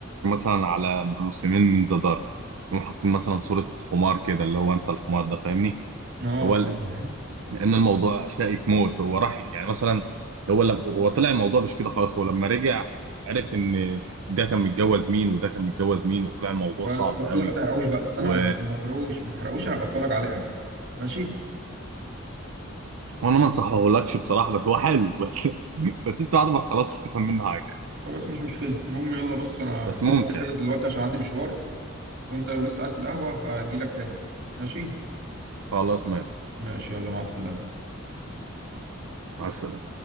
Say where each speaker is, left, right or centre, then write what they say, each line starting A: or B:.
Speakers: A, on the right; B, on the right.
A: مثلا على موسمين من ذا دارك يقوم حاطين مثلا صورة حمار كده اللي هو انت الحمار ده فاهمني
B: اه
A: هو
B: ما-
A: ال- لان الموضوع شائك موت هو راح يعني مثلا هو لما هو طلع الموضوع مش كده خلاص هو لما رجع عرف ان ده كان متجوز مين وده كان متجوز مين وطلع الموضوع
B: <laughs> بس
A: صعب قوي
B: بس لا ما تحرقوش بقى بس
A: و...
B: انا ما تحرقوش ما تحرقوش انا بتفرج عليه انا ماشي
A: وانا ما انصحهولكش بصراحة بس هو حلو بس <laughs> بس انت بعد ما تخلصه مش تفهم منه حاجة
B: خلاص مش مشكله المهم يلا بص انا
A: بس ممتع
B: هطلع كده
A: يعني.
B: دلوقتي عشان عندي مشوار وانت لو لسه قاعد في القهوة هبقى اجيلك تاني ماشي
A: خلاص ماشي
B: ماشي يلا مع السلامة
A: مع السلامة